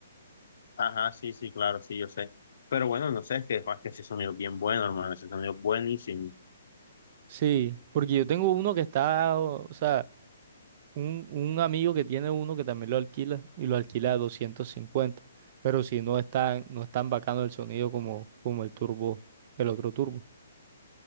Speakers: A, on the left; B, on the right.
A: Ajá, sí, sí, claro, sí, yo sé. Pero bueno, no sé, es que, es que ese sonido es bien bueno, hermano, ese sonido es buenísimo.
B: Sí, porque yo tengo uno que está, o sea... Un, un amigo que tiene uno que también lo alquila y lo alquila a doscientos cincuenta pero si no está, no es tan bacano el sonido como, como el turbo, el otro turbo.